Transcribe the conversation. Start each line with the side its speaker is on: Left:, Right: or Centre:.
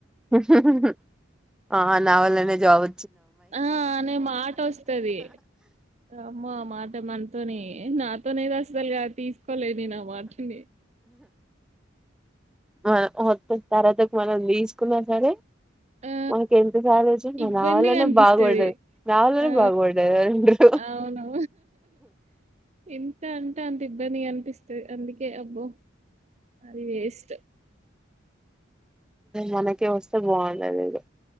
Centre: హ్ హ్ ఆ నావలనే జాబ్ వ
Right: ఆ అనే మాట వస్తుది అమ్మ ఆ మాట మనతోని ఏ నా <unintelligible> అసలుగా తీసుకోలే నేను మాటని
Centre: <unintelligible> తరవాతకు మనం తీసుకున్నా సరే
Right: ఆ
Centre: మాకు ఎంత <unintelligible>
Right: ఇబ్బందిగా
Centre: నా వల్లనే
Right: అనిపిస్తది
Centre: బాగుపడది నావళనే
Right: ఆ
Centre: బాగుపడేదు రండూ
Right: అవును ఎంత అంటే అంత ఇబ్బంది కనిపిస్ అందుకే అబ్బో అది వేస్ట్
Centre: మనకే వస్తే బాగుండు అదేదో